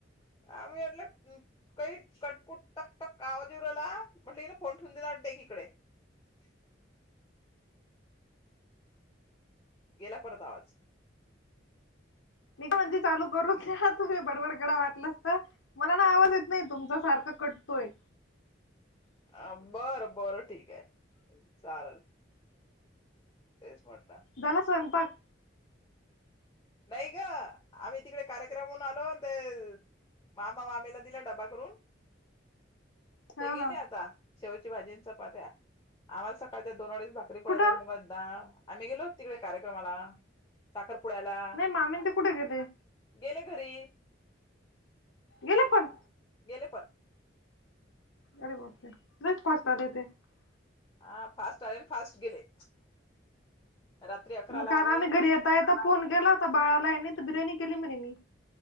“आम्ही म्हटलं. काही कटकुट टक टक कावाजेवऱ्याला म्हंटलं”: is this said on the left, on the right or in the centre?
Left